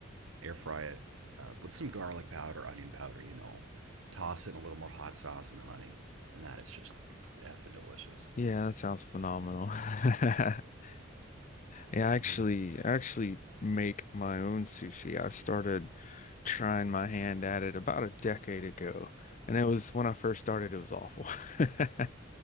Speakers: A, on the right; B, on the left.
A: air fry it uh, with some garlic powder, onion powder, you know, toss it in a little more hot sauce and honey. And that is just effing delicious.
B: Yeah, that sounds phenomenal. <laughs> Yeah, I actually
A: Yeah.
B: I actually make my own sushi. I started trying my hand at it about a decade ago. And it was when I first started, it was awful. <laughs>